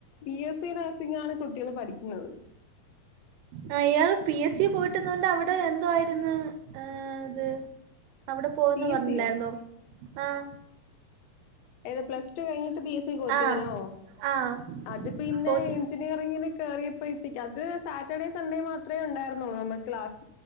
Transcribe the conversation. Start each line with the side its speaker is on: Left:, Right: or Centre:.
Left: ബി എസ് സി നഴ്സിംങ്ങാണ് കുട്ടികള് പഠിക്കുന്നത്
Right: ആഹ് ഇയാള് പി എസ് സി പോയിട്ട്ന്നോണ്ട് അവിടെ എന്തോ ആയിരുന്നു ആഹ് ത് അവിടെ പോവുംന്ന്
Left: ബി
Right: പറഞ്ഞില്ലായിരുന്നോ
Left: എസ് സിയോ
Right: ആഹ്
Left: ഏത് പ്ലസ് ടു കഴിഞ്ഞിട്ട് ബി എസ് സി കോച്ചിങ്ങിനോ
Right: ആഹ് ആഹ്
Left: അത് പിന്നെ
Right: കോച്ചി
Left: ഇഞ്ച നിയറിങ്ങിന് കയറിയപ്പോഴത്തേക്കും അത് സാറ്റർഡേ സൺഡേ മാത്രേ ഉണ്ടായിർന്നുള്ളൂ നമ്മുക്ക് ക്ലാസ്